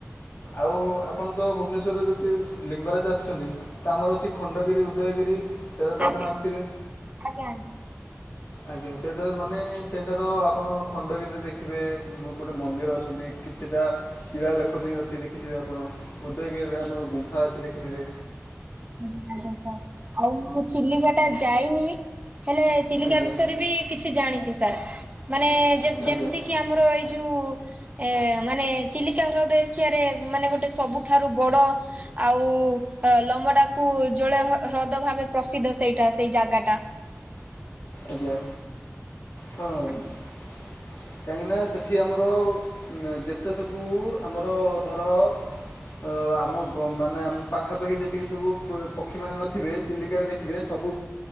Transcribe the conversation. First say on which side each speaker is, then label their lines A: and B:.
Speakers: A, on the left; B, on the right.
A: ଆଉ ଆପଣ ତ ଭୁବନେଶ୍ୱରରେ ଯଦି ଲିଙ୍ଗରାଜ ଆସିଛନ୍ତି ତ ଆମର ଅଛି ଖଣ୍ଡଗିରି ଉ ଉଦୟଗିରି ସେରା ତ
B: ଆଜ୍ଞା
A: ଆପଣ ଆସିଥିବେ?
B: ଆଜ୍ଞା।
A: ଆଜ୍ଞା। ସେଇଟା ମାନେ ସେଇଟାର ଆପଣ ଖଣ୍ଡଗିରିରେ ଦେଖିବେ ଗୋଟେ ମନ୍ଦିର ଅଛନ୍ତି। କିଛିଟା ଶିଳାଲେଖ ବି ଅଛି ଦେଖିଥିବେ ଆପଣ। ଉଦୟଗିରିରେ ଆମର ଗୁମ୍ଫା ଅଛି ଦେଖିଥିବେ।
B: <unintelligible> ଆଉ ମୁଁ ଚିଲିକା ଟା ଯାଇନି ହେଲେ ଚିଲିକା
A: ଆଜ୍ଞା
B: ବିଷୟରେ ବି କିଛି ଜାଣିଚି ସାର୍। ମାନେ ଯେମତି
A: ଆଜ୍ଞା
B: କି ଆମର ଏଇ ଯୋଉ ଏ ମାନେ ଚିଲିକା ହ୍ରଦ ଏସିଆରେ ମାନେ ଗୋଟେ ସବୁଠାରୁ ବଡ ଆଉ ଲମଟାକୁ ଉଜ୍ଜଳ ହ୍ରଦ ଭାବେ ପ୍ରସିଦ୍ଧ ସେଇଟା ସେଇ ଜାଗା ଟା।
A: ଆଜ୍ଞା ହଁ।
B: ଆଜ୍ଞା
A: ସୁଁ କାହିଁକିନା ସେଠି ଆମର ଯେତେ ସବୁ ଆମର ଧର ଅ ଆମ ଗ ମାନେ ଆମ ପାଖାପାଖି ଯେତିକି ସବୁ ପକ୍ଷୀ ମାନେ ନଥିବେ ଚିଲିକାରେ ଦେଖି ଦେଖିବେ ସବୁ